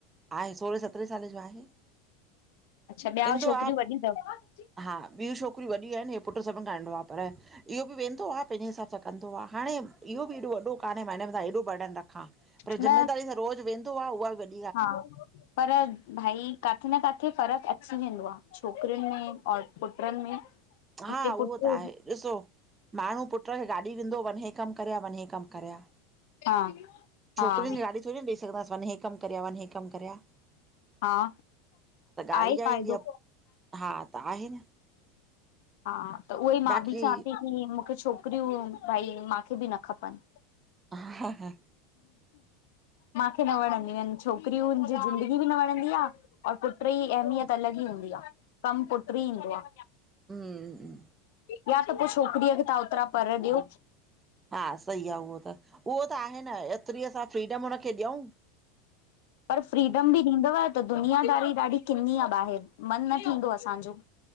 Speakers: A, on the right; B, on the left.
A: आहे सोरहें -सतिरहें साले जो आहे,
B: अच्छा ॿिया
A: इंदो
B: छोकिरियूं
A: आ‌
B: वॾियूं अथव?
A: हा ॿियूं छोकिरियूं वॾियूं आहिनि, इहे पुट्रु सभिनि खां नंढो आ, पर इहो बि वेंदो आ। पंहिंजे हिसाबु सां कंदो आ। हाणें इहो ॿि एॾो- वॾो कान्हे, मां हिनि जे मथां एॾो बर्डन रखां, पर
B: न
A: ज़िम्मेदारीअ सां रोज़ वेंदो न्दो आ, उहा बि वडी
B: हा पर भाई, काथे न काथे फ़र्कु अची वेंदो आ। छोकिरियुनि में और पुट्रनि में।
A: हा,
B: हिते
A: उहो
B: पुट
A: त
B: हुजे
A: आहे, ॾिसो माण्हूं पुट्र खे गाॾी ॾिन्दो, वनि हे कमु करेया। वनि हे कमु करेया।
B: हा-हा।
A: छोकिरियुंन खे गाॾी थोरी न ॾेई सघंदासीं। वनि हे कमु करेया- वनि हे कमु करेया।
B: हा,
A: ॻाल्हि
B: आए
A: इहा
B: फ़ाइदो?
A: ईंदी आ हा त, आहे न।
B: हा, त उहेई मां
A: बाक़ी
B: बि चवां ती की, मूंखे छोकिरियूं भाई, माखे बि न खपनि।
A: हा- हा
B: माखे न वणंदियूं आहिनि। छोकिरियूंनि जी ज़िंदगी बि न वणंदी आ। और पुट्र ई अहमियत अलॻि ई हूंदी आ। कमु पुट्र ई ईंदो आ।
A: हमम
B: या त पोइ छोकिरीअ खे तव्हां ओतिरा पर ॾियो।
A: हा, सही आहे उहो त-उहो त आहे न, ऐतिरी असां फ्रीडम हुनखे ॾियऊं।
B: पर फ्रीडम बि ॾींदव, त दुनियादारी ॾाढी किन्नी आहे ॿाहिरि, मन न थींदो असांजो।